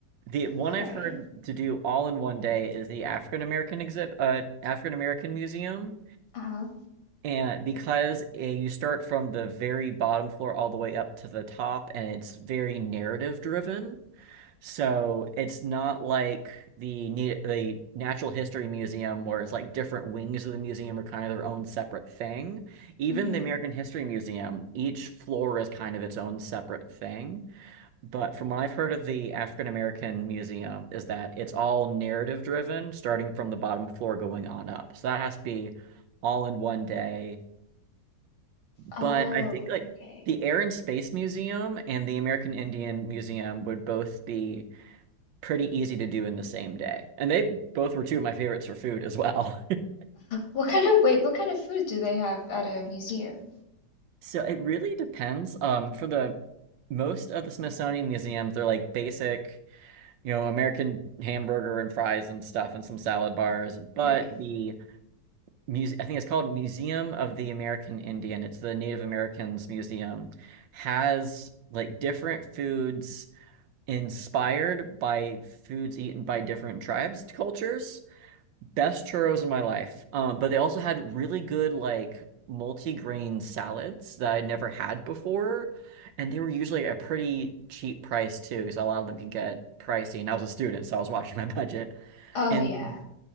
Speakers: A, on the right (about 70°); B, on the left (about 90°).
A: The one
B: All
A: I've
B: right.
A: heard to do all in one day is the African American exhibit, uh, African American Museum.
B: Uh-huh.
A: And because uh you start from the very bottom floor all the way up to the top, and it's very narrative driven, so it's not like the ne- the Natural History Museum where it's like different wings of the museum are kind of their own separate thing. Even
B: hmm
A: the American History Museum, each floor is kind of its own separate thing. But from what I've heard of the African American Museum, is that it's all narrative driven, starting from the bottom floor going on up. So that has to be all in one day
B: Oh,
A: but I think like
B: okay.
A: the Air and Space Museum and the American Indian Museum would both be pretty easy to do in the same day. And they both were two of my favorites for food as well. <laughs>
B: What kind of, wait, what kind of food do they have at a museum?
A: So it really depends. Um, for the most of the Smithsonian museums, they're like basic, you know, American hamburger and fries and stuff and some salad bars. But
B: Right.
A: the muse I think it's called Museum of the American Indian. It's the Native Americans Museum, has like different foods inspired by foods eaten by different tribes, cultures. Best churros in my life. Um, but they also had really good like multi-grain salads that I'd never had before, and they were usually a pretty cheap price too, because a lot of them can get pricey. And I was a student, so I was watching <laughs> my budget.
B: Oh
A: And
B: yeah.